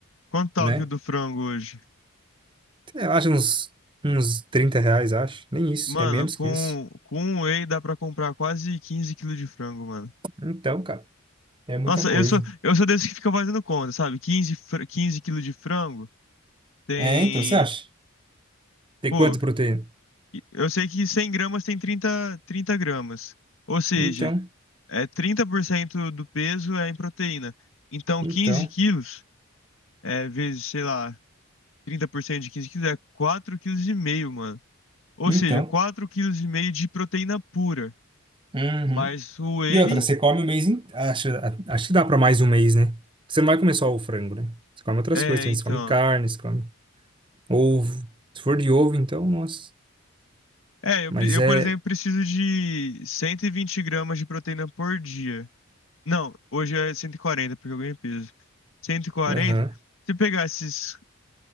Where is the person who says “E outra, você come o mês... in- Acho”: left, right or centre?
Right